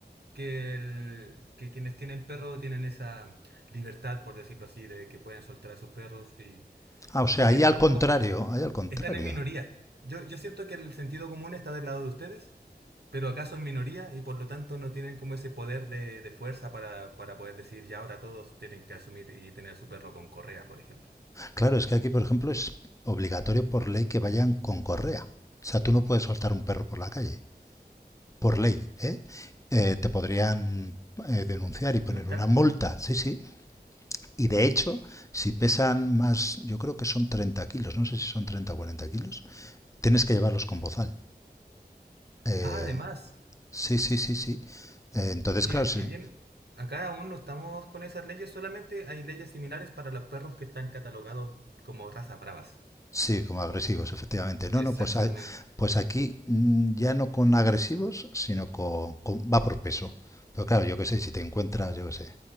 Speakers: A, on the right; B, on the left.
A: que, el- que quienes tienen perro tienen esa libertad, por decirlo así, de que pueden soltar a sus perros y,
B: Ah, o sea,
A: y bien,
B: ahí al
A: es-
B: contrario,
A: como-
B: ahí al contrario.
A: están en minoría. Yo, yo siento que el sentido común está del lado de ustedes, pero acá son minoría y por lo tanto no tienen como ese poder de, de fuerza para, para poder decir ya ahora todos tienen que asumir y tener su perro con correa, por ejemplo.
B: Claro, es que aquí, por ejemplo, es obligatorio por ley que vayan con correa. O sea, tú no puedes soltar un perro por la calle, por ley, ¿eh? Eh, te podrían eh, denunciar y poner
A: Multar.
B: una multa, sí, sí. Y de hecho, si pesan más, yo creo que son 30 kilos, no sé si son 30 o 40 kilos, tienes que llevarlos con bozal. Eh,
A: Ah, además,
B: sí, sí, sí, sí. Eh, entonces,
A: qué,
B: claro, sí.
A: qué bien. Acá aún no estamos con esas leyes, solamente hay leyes similares para los perros que están catalogados como razas bravas.
B: Sí, como agresivos, efectivamente. No,
A: Exactamente.
B: no, pues, a- pues aquí mm, ya no con agresivos, sino con, con- va por peso. Pero claro, yo qué sé, si te encuentras, yo qué sé,